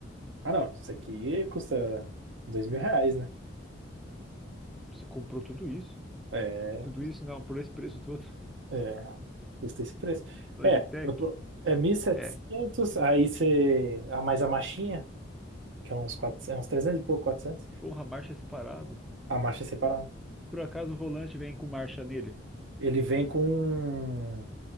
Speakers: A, on the right; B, in the centre.
A: Ah, não, isso aqui custa dois mil reais, né?
B: Você comprou tudo isso?
A: É,
B: Tudo isso não, por esse preço todo. <laughs>
A: é, custa esse preço.
B: Logitech?
A: É, eu tô, é mil e setecentos
B: É.
A: aí você, a mais a marchinha, que é uns 400, é uns 300 e pouco, 400
B: Porra, marcha é separado.
A: a marcha é separada.
B: Por acaso o volante vem com marcha nele?
A: Ele vem com,